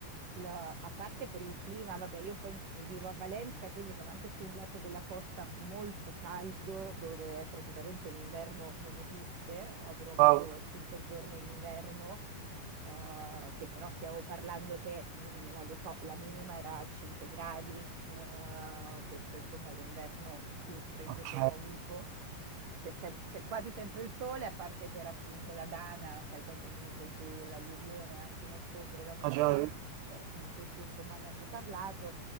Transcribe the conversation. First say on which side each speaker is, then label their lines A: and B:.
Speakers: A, on the right; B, on the right.
A: la- a parte per il clima, vabbè, io poi m- vivo a Valencia, quindi sono anche su un lato della costa molto caldo, dove praticamente l'inverno non esiste, avrò avuto
B: wow,
A: cinque giorni d'inverno. Uh, che però stiamo parlando che, mm, non lo so, la minima era a 5 gradi, uh, questo insomma è l'inverno più freddo
B: ok.
A: che ho avuto. C'è sem- c'è quasi sempre il sole, a parte per appunto la Dana, sai, quando è venuto giù l'alluvione a fine ottobre l'anno
B: Ah,
A: scorso,
B: già,
A: eh, mm, tutti insomma ne hanno parlato.